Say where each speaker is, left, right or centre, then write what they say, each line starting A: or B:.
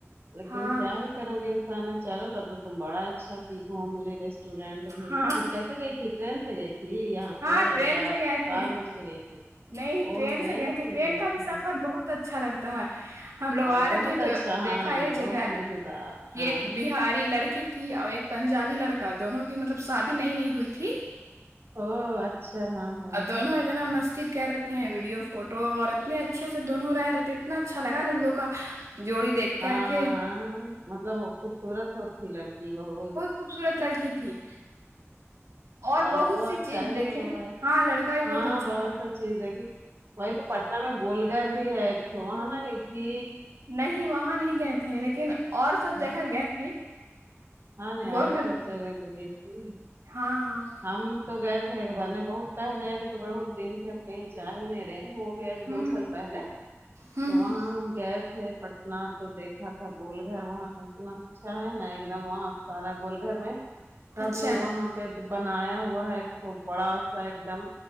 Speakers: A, on the right; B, on the right.
A: لیکن
B: ہاں
A: کیا ہے کرو گ انسان نے چلو تب تو تم بڑا اچھا کہ گھوم لی رسٹ اسٹوڈینٹ بھی
B: ہاں
A: تو پھر کیسے گئی تھی ٹرین سے گئی تھی ت یہاں
B: ہاں
A: سے
B: ٹرین
A: یا
B: سے گئے تھے
A: کار سے گئی تھی
B: نہیں
A: وہ ٹرین
B: گئے تھے
A: سے گئی
B: کا
A: تھی
B: سفر بہت اچھا لگتا ہے ہم لوگ
A: ہاں،
B: آ رہے
A: بہت
B: تھے
A: اچھا
B: تو
A: ہاں
B: دیکھا یہ
A: بہت
B: جگہ ہے
A: مزیدار
B: کہ
A: ہاں
B: ایک بہاری لڑکی تھی اور ایک پنجابی لڑکا دونوں کی مطلب شادی نہیںئی نہیں ہوئی تھی
A: او اچھا ہاں ہاں
B: اد
A: ہاں
B: ن ن مست ٹ کہ رہتے ہیں ویڈیو فوٹو اور اتنے اچھے سے دونوں رہتے اتنا اچھا لگا نا ان لوگ کا جوڑی دیکھ کر
A: ہاں
B: کے
A: مطلب خوبصورت ہو لڑکی بہت
B: خوبصورت لڑکی تھی اور
A: لڑکوں
B: بہت سی
A: اچھا
B: چیز
A: ہی
B: دیکھیں
A: ہوگا بھائی
B: ہاں لڑکا بھی
A: ہاں
B: اچھا
A: بہت
B: تھا
A: ا جی دیکھی وہی تو پٹنہ میں گول گھر بھی ہے ایک وہاں نہ گئی تھی
B: نہیں وہاں نہیں گئے تھے لیکن اور سب
A: و
B: جگہ گئے تھے
A: ہاں نہیں
B: گول
A: اور
B: گھر
A: سب جگہ گئے تھی
B: ہاں ہاں
A: ہم تو گئے تھے ایک بار نے بہت پہلے ابھی تھ بڑہت دن سے ہم کہیں جا ہی نہیں رہے وہ گیا
B: ہوں
A: دو سال پہلے
B: ہوں
A: تو
B: ہوں
A: وہاں ہم گئے تھ پ اتنا تو دیکھا تھا گول گھر وہاں کا اتنا اچھا ہے نا ایک دم وہاں سارا گول گھر میں سب
B: اچھا
A: لوگ وہاں پہ بنایا ہوا ہے ایکو بڑا سا ایک دم